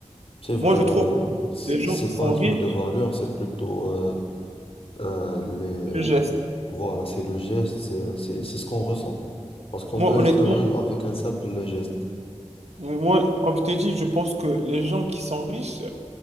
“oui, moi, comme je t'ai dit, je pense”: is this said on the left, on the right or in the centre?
Right